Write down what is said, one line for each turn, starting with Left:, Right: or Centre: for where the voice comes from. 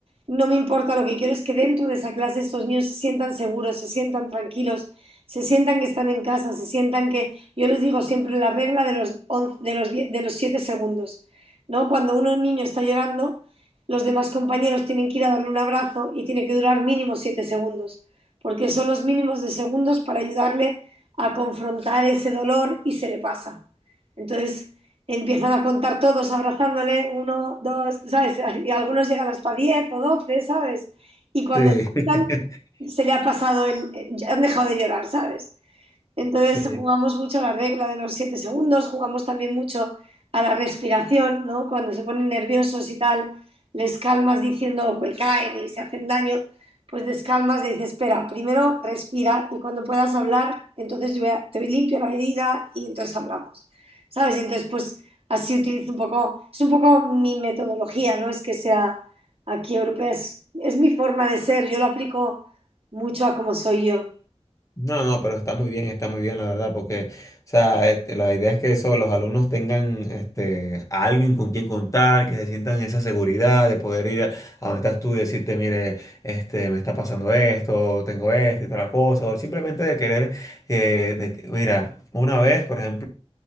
Right: no me importa, lo que quiero es que dentro de esa clase estos niños se sientan seguros, se sientan tranquilos, se sientan que están en casa, se sientan que yo les digo siempre la regla de los, 11 de los, 10 de los 7 segundos. ¿no? Cuando uno, un niño está llorando, los demás compañeros tienen que ir a darle un abrazo y tiene que durar mínimo 7 segundos, porque son los mínimos de segundos para ayudarle a confrontar ese dolor y se le pasa. Entonces empiezan a contar todos abrazándole, uno, dos, ¿sabes? Y algunos llegan hasta diez o doce ¿sabes? Y cuando
Left: Sí,
Right: se quitan,
Left: <laughs>
Right: se le ha pasado el. han dejado de llorar, ¿sabes? Entonces
Left: Sí.
Right: jugamos mucho a la regla de los siete segundos, jugamos también mucho a la respiración, ¿no? Cuando se ponen nerviosos y tal, les calmas diciendo que caen y se hacen daño, pues les calmas y dices, espera, primero respira y cuando puedas hablar, entonces yo voy a- te limpio la herida y entonces hablamos, ¿sabes? Y entonces pues así utilizo un poco, es un poco mi metodología, no es que sea aquí europea, es, es mi forma de ser, yo lo aplico mucho a cómo soy yo.
Left: No, no, pero está muy bien, está muy bien, la verdad, porque, o sea, este, la idea es que eso, los alumnos tengan este, a alguien con quien contar, que se sientan esa seguridad de poder ir a, a donde estás tú y decirte, mire, este, me está pasando esto, tengo esto y tal la cosa, o simplemente de querer, eh, de que- mira, una vez, por ejemplo,